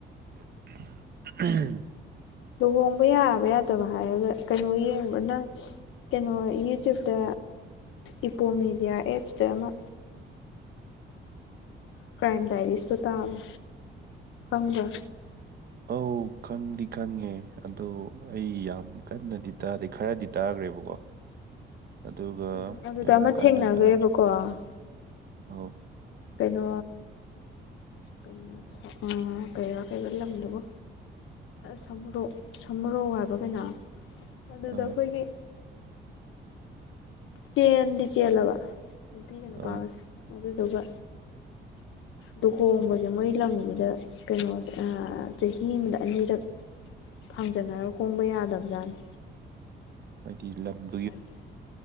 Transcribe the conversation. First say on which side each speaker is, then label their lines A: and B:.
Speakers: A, on the right; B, on the left.
A: ꯎ <unintelligible>
B: ꯂꯨꯍꯣꯡꯕ ꯌꯥꯕ ꯌꯥꯗꯕ ꯍꯥꯏꯔꯒ ꯀꯩꯅꯣ ꯌꯦꯡꯕ ꯅꯪ ꯀꯩꯅꯣ ꯌꯨꯇ꯭ꯌꯨꯕꯇ ꯏꯄꯣꯝ ꯃꯦꯗꯤꯌꯥ ꯑꯦꯞꯇ ꯑꯃ ꯀ꯭ꯔꯥꯏꯝ ꯗꯥꯏꯔꯤꯁꯇꯣ ꯇꯥꯕ ꯈꯪꯕ꯭ꯔꯥ
A: ꯑꯧ ꯈꯪꯗꯤ ꯈꯪꯉꯦ ꯑꯗꯣ ꯑꯩ ꯌꯥꯝ ꯀꯟꯅꯗꯤ ꯇꯥꯗꯦ ꯈꯔꯗꯤ ꯇꯥꯈ꯭ꯔꯦꯕꯀꯣ ꯑꯗꯨꯒ
B: ꯎꯝ ꯑꯗꯨꯗ
A: ꯌꯥꯝ
B: ꯑꯃ
A: ꯀꯟꯅ
B: ꯊꯦꯡꯅꯈ꯭ꯔꯦꯕꯀꯣ
A: ꯇꯥꯔ ꯑꯥꯎ
B: ꯀꯩꯅꯣ ꯀꯩꯅ ꯀꯩꯅꯣꯀꯩꯅꯣ ꯂꯝꯗꯨꯕꯨ ꯁꯃꯨꯔꯣꯛ ꯁꯃꯨꯔꯧ ꯍꯥꯏꯕ ꯀꯩꯅꯣ ꯑꯗꯨꯗ
A: ꯑꯥ
B: ꯑꯩꯈꯣꯏꯒꯤ ꯆꯦꯟꯗꯤ ꯆꯦꯜꯂꯕ ꯅꯨꯄꯤꯒ ꯅꯨꯄꯥꯒꯁꯦ
A: ꯑꯥ
B: ꯑꯗꯨꯗꯨꯒ ꯂꯨꯍꯣꯡꯕꯁꯦ ꯃꯣꯏ ꯂꯝꯁꯤꯗ ꯀꯩꯅꯣ ꯆꯍꯤ ꯑꯃꯗ ꯑꯅꯤꯔꯛ ꯐꯥꯡꯖꯟꯅꯔꯒ ꯍꯣꯡꯕ ꯌꯥꯗꯕꯖꯥꯠꯅꯤ
A: ꯍꯥꯏꯗꯤ ꯂꯝ
B: ꯑꯗꯨ